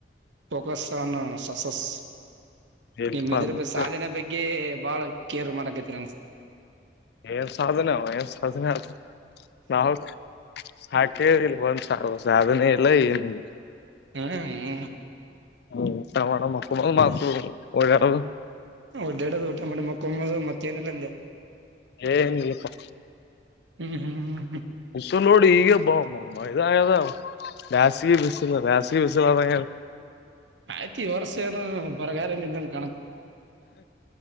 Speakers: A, on the right (about 85°); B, on the left (about 65°).
A: ಫೋಕಸ್ ಆನ್ ಸಸಸ್.
B: ಇಲ್ಪ
A: ನಿಮ್ಮ್ ಇದ್ರ
B: ಮುತ್ತ
A: ಸಾಧನೆ ಬಗ್ಗೆ ಬಹಳ ಕೇರ್ ಮಾಡ್ತೀನಿ. <unintelligible>
B: ಏನ್ ಸಾಧನ ಏನ್ ಸಾಧನ ನಾವು. ಸಾಕೇಳಿಲ್ಲ ಒಂದ್ ಸಾದನೇ ಇಲ್ಲ ಏನಿಲ್ಲ.
A: ಹ್ಮ್ ಹ್ಮ.
B: ಹ್ಮ್ ಊಟ ಮಾಡೋದ್ ಮಕ್ಕಳದ್ ಣ ಸುಮ್ ಒಡ್ಯಾಡದ.
A: ಊಟ ಮಾಡದು ಎದ್ದೇಳದು ಮಕ್ಕೊಮ್ಮ ಮತ್ತೇಏನೆಲ್ಲ ಅಂದೆ.
B: ಏನ್ಲಪ್ಪ.
A: ಹ್ಮ್ ಹ್ಮ.
B: ಹಸ ನೋಡಿ ಈಗಬ್ಬಾವಮ್ಮ ಮೈದಾದ ಬ್ಯಾಸಿಗೆ ಬಿಸಲ ಬ್ಯಾಸಿಗೆ ಬಿಸಲ ಅದ
A: ಆಯ್ತು ಈ ವರ್ಷ ಏನು ಬರಗಾಲನಿದ್ದನ್ ಕಾಣತ್.